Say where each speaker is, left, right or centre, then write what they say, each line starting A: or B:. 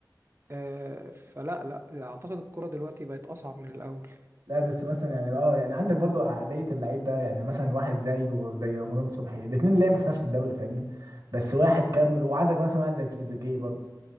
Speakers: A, on the right (about 35°); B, on the right (about 65°).
A: آه، فلا لا اعتقد الكرة دلوقتي بقت اصعب من الاول
B: لا بس مثلا يعني اه يعني عندك برضه عقليه اللعيب ده يعني مثلا واحد زي وزي رمضان صبحي الاثنين لعبوا في نفس الدوري فاهمني بس واحد كمل وعندك مثلا واحد زي تريزيجيه برضه